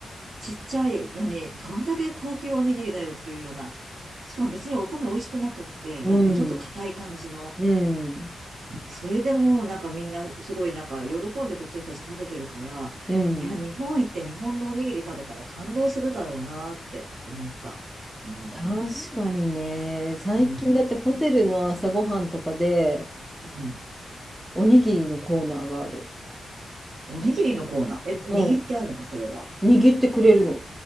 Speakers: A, on the right (about 75°); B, in the centre.
A: ちっちゃいのに、どんだけ高級おにぎりだよっていうような。しかも別にお米美味しくなくって、
B: うん、
A: なんかちょっと硬い感じの。
B: うん、
A: それでもなんかみんなすごいなんか喜んでこっちの人たち食べてるから、
B: うん。
A: いや、日本行って日本のおにぎり食べたら感動するだろうなって思った。うん。
B: 確かにね、最近だってホテルの朝ごはんとかで、
A: うん。うん。
B: おにぎりのコーナーがある。
A: おにぎりのコーナー。え、
B: うん。
A: 握ってあるのそれは。
B: 握ってくれるの。